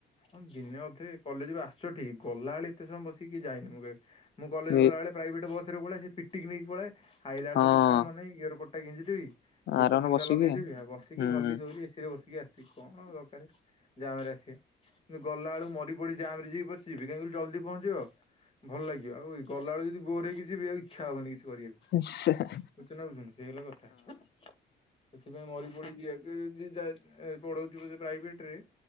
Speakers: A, on the left; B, on the left.
A: ହଁ ଦିନେ ଅଧେ କଲେଜ ବି ଆସଚ ଠିକ ଗଲାବେଳେ ଏତେ ସମୟ ବସିକି ଯାଇନି ମୁଁ କେବେ ମୁଁ କଲେଜ ଗଲା
B: ଏ
A: ବେଳେ ପ୍ରାଇଭେଟ ବସ ରେ ପଳେଇ ସେ ପିଟିକି ନେଇକି ପଳାଏ ଆଇଲା
B: ହଁ
A: ବେଳେ କିଛି କାମ ନାହିଁ ୟର ଟା ଗେଞ୍ଜି ଦେବି ଗୀତ
B: ଆରାମରେ
A: ହାଲକା
B: ବସିକି
A: ଲଗେଇଦେବି ଆଉ ବସିକି
B: ହୁଁ।
A: ହଲି ଧଲି ଏସିିରେ ବସିକି ଆସିବି କଣ ଆଉ ଦରକାରେ ଜାମ ରେ ଆସିବା କିନ୍ତୁ ଗଲା ବେଳକୁ ମରି ପଡି ଜାମ ରେ ଯକି ପଚିବି କାହିଁକି ନା ଜଲଦି ପଞ୍ଚିବ ଭଲ ଲାଗିବ ଆଉ ଗଲାବେଳେ ଯଦି ବୋର ହେଇକି ଯିବି ଆଉ ଇଚ୍ଛା ହବନି କିଛି କରିବାକୁ।
B: ହଁ
A: <unintelligible> ସିଏ ହେଲା କଥା। ସେଥିପାଇଁ ମରି ପଡି ଯିବା ପଢ଼ଉଚି ପଛେ ପ୍ରାଇଭେଟରେ